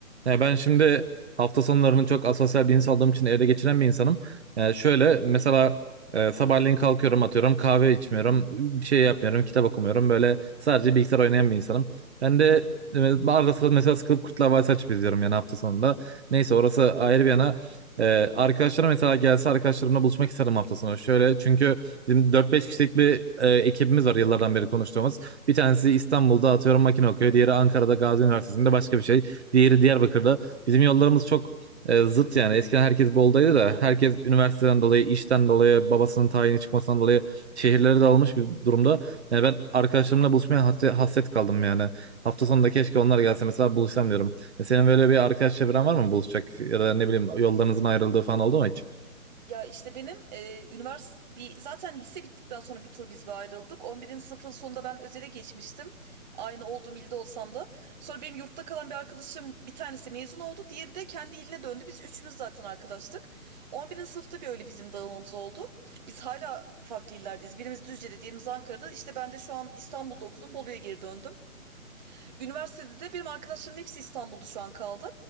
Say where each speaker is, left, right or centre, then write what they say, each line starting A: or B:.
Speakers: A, on the right; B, on the right.
A: Ya ben şimdi hafta sonlarını çok asosyal bir insan olduğum için evde geçiren bir insanım. Yani şöyle mesela e, sabahleyin kalkıyorum atıyorum kahve içmiyorum bir şey yapmıyorum kitap okumuyorum böyle sadece bilgisayar oynayan bir insanım. Ben de e, arada sırada mesela sıkılıp Kurtlar Vadisi açıp izliyorum yani hafta sonunda. Neyse orası ayrı bir yana. E, arkadaşlarım mesela gelse arkadaşlarımla buluşmak isterim hafta sonu. Şöyle çünkü bizim 4-5 kişilik bir e, ekibimiz var yıllardan beri konuştuğumuz. Bir tanesi İstanbul'da atıyorum makine okuyor. Diğeri Ankara'da Gazi Üniversitesi'nde başka bir şey. Diğeri Diyarbakır'da. Bizim yollarımız çok e, zıt yani. Eskiden herkes Bolu'daydı da
B: Hı hı.
A: herkes üniversiteden dolayı, işten dolayı, babasının tayini çıkmasından dolayı şehirlere dağılmış bir durumda. Yani ben arkadaşlarımla buluşmaya hasret, hasret kaldım yani. Hafta sonunda keşke onlar gelse mesela buluşsam diyorum. E, senin böyle bir arkadaş çevren var mı buluşacak ya da ne bileyim yollarınızın ayrıldığı falan oldu mu hiç?
B: Ya işte benim e, üniversite bir zaten lise bittikten sonra bir tur biz bir ayrıldık. 11. sınıfın sonunda ben özele geçmiştim. Aynı olduğum ilde olsam da. Sonra benim yurtta kalan bir arkadaşım bir tanesi mezun oldu. Diğeri de kendi iline döndü. Biz üçümüz zaten arkadaştık. 11. sınıfta bir öyle bizim dağılmamız oldu. Biz hala farklı illerdeyiz. Birimiz Düzce'de, diğerimiz Ankara'da. İşte ben de şu an İstanbul'da okudum. Bolu'ya geri döndüm. Üniversitede de benim arkadaşlarımın hepsi İstanbul'da şu an kaldı.